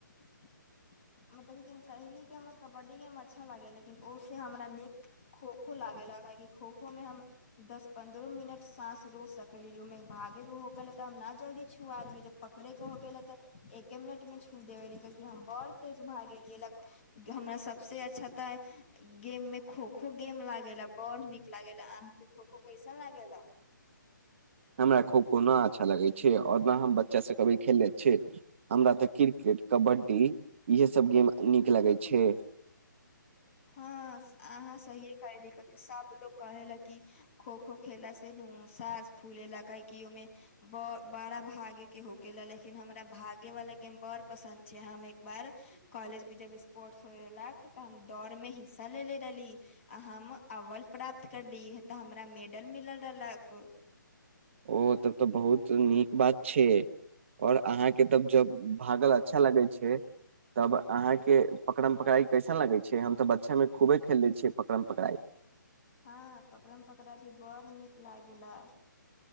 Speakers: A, on the left; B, on the right.
A: <inaudible> मतलब की हम कहहिली क हमरा कबड्डी गेम मे अच्छा लागे लेकिन ओ से हमरा नीक खोखो लागल ल कि खोखो मे हम दस पन्द्रह मिनट सााँस रोकक सकली जोमे भागे हो गेल त हम न जल्दी छुआलै जब पकड़े के हो गेलले तऽ एके मिनट में छू देबे लि बड़ तेज भगेली ल सब से अच्छा गेम में खो खो गेम लागेेला बड़ नीक लागेेला अहाँ के खोखो कैसन लागे ला
B: हमरा खो खो न अच्छा लगै छै आओर न हम बच्चा से कभी खेलले छै हमरा तऽ क्रिकेट कबड्डी इहे सभ गेम नीक लगै छै
A: हँ अहाँ सहि कहली क सब लोग कहे ला कि खो खो खेला से न सास फू फूले ला काहे कि ओमे बर बड़ा भागे के होके ल लेकिन हमरा भागे वाला गेम बड़ पसन्द छै हम एक बार कॉलेज भी जब स्पोर्ट्स होय रहलक तऽ हम दौड़ मे हिस्सा लेलेे रहली आ हम अवल प्राप्त करली ह तऽ हमरा मेडल मिलल रहलक
B: ओ तब तऽ बहुत नीक बात छै और अहाँके तब जब भागल अच्छा लगे छै तब अहाँके पकड़म पकराइ कैसन लगैत छै हम तऽ बच्चे मे खूबे खेलै छियै पकड़म पकड़ाइ
A: हँ पकड़यमे पकड़य भी बड़ नीक लागेला